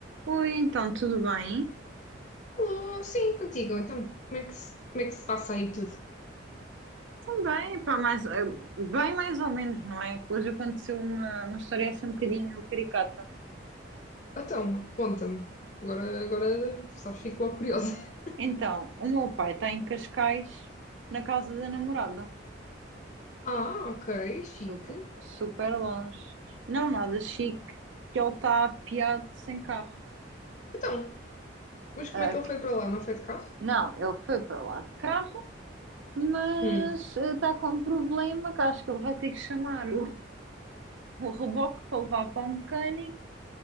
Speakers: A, on the right (about 85°); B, on the left (about 40°).
A: Oi, então, tudo bem?
B: Alô, sim, contigo. Então, como é que se, como é que se passa aí tudo?
A: Também, pá, mais, eh, bem mais ou menos, não é? Que Hoje aconteceu uma, uma história assim um bocadinho caricata.
B: Então, conta-me. Agora, agora, sabes, fico logo curiosa. <laughs>
A: Então, o meu pai está em Cascais, na casa da namorada.
B: Ah, ok, chique.
A: Super, super longe. Não nada chique, porque ele está apeado sem carro.
B: Então, mas como
A: Ah,
B: é que ele
A: que-
B: foi para lá? Não foi de carro?
A: não, ele foi para lá de carro, mas
B: Hum,
A: eh, está com um problema que acho que ele vai ter que chamar o, o reboque para levar para o mecânico.